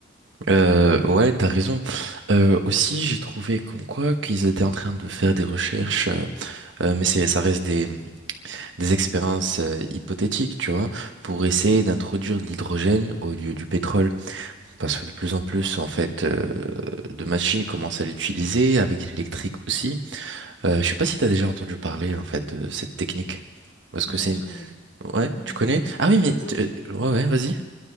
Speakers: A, on the right; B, on the left.
A: Euh,
B: Mm, mm.
A: ouais, t'as raison. Euh, aussi, j'ai trouvé comme quoi qu'ils étaient en train de faire des recherches, euh, euh, mais c'est, ça reste des, des expériences euh, hypothétiques, tu vois, pour essayer d'introduire de l'hydrogène au lieu du pétrole, parce que de plus en plus, en fait, euh, de machines commencent à l'utiliser avec l'électrique aussi. Euh, je sais pas si t'as déjà entendu parler en fait de cette technique, parce que
B: Ouais,
A: c'est
B: ouais,
A: une...
B: je connais.
A: Ouais,
B: Mm, mm.
A: tu connais? Ah oui, mais t-
B: Oui, je
A: euh,
B: connais.
A: ouais, ouais, vas-y.